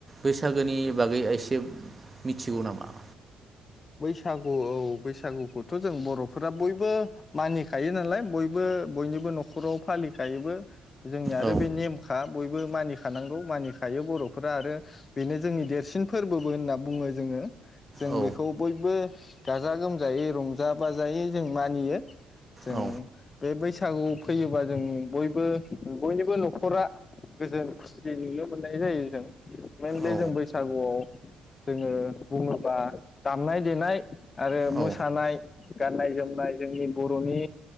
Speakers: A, on the right (about 25°); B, on the left (about 40°).
A: बैसागोनि बागै एसे मिथिगौ नामा?
B: बैसागु औ बैसागुखौथ जों बर'फोरा बयबो मानिखायो नालाय बयबो बयनिबो नखराव फालिखायोबो जोंनि आरो
A: औ
B: बे नेमखा बयबो मानिखानांगौ मानिखायो बर'फोरा आरो बेनो जोंनि देरसिन फोरबोबो होनना बुङो जोङो। जों
A: औ
B: बे खौ बयबो गाजा गोमजायै रंजा बाजायै जों मानियो। जों
A: औ
B: बे बैसाग बैसागु फैयोबा जों बयबो बयनिबो नखरा गोजोन खुसि नुनो मोननाय जायो। जों मेइेनलि
A: औ
B: जों बैसागुआव जोङो बुङोबा दामनाय देनाय आरो मोसानाय
A: औ
B: गाननाय जोमनाय जोंनि बर'नि